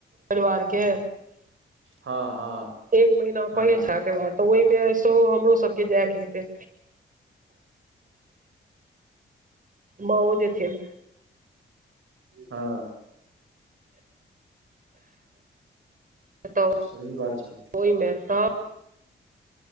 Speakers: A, on the right (about 40°); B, on the right (about 75°).
A: परिवार के,
B: हँ हँ
A: एक महिना
B: हँ
A: पहिल छाया के बाद। तऽ ओहिमे सेहो हमरो सबके जायके हेतै। माॅओ जेथिन।
B: हां।
A: तऽ
B: सही बात छै।
A: ओहिमे तऽ